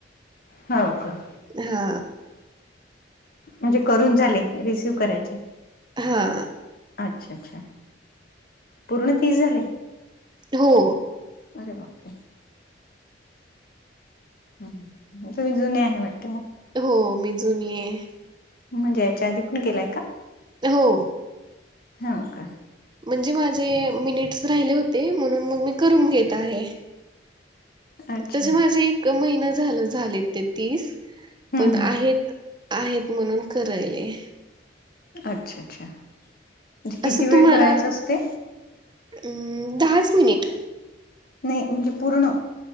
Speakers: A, on the left (about 55°); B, on the right (about 25°).
A: हाव का?
B: हा.
A: म्हणजे करून झाले, रिसिव करायचे.
B: हा.
A: अच्छा! अच्छा! पूर्ण तीस झाले?
B: हो.
A: अरे बापरे! तुम्ही जुने आहे वाटते मग.
B: हो. मी जुनी आहे.
A: म्हणजे याच्या आधी पण ग केलाय का?
B: हो
A: हा का.
B: म्हणजे माझे मिनिट्स राहिले होते, म्हणून मग मी करून घेत आहे.
A: अच्छा
B: तसे माझे एक महिना झा झाले. ते तीस
A: हम्म
B: पण
A: हम्म
B: आहेत. आहेत म्हणून करायले.
A: अच्छा! अच्छा! म्हणजे किती
B: असं
A: वेळ
B: तुम्हाला.
A: करायचं असते
B: अ दहाच मिनिट.
A: नाही म्हणजे पूर्ण.